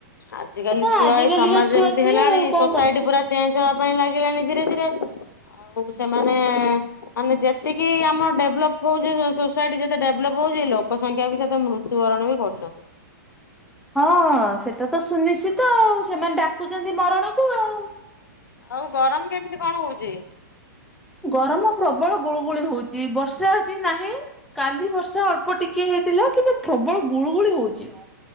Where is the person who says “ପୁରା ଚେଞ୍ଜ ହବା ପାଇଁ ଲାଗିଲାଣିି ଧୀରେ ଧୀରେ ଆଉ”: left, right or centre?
Left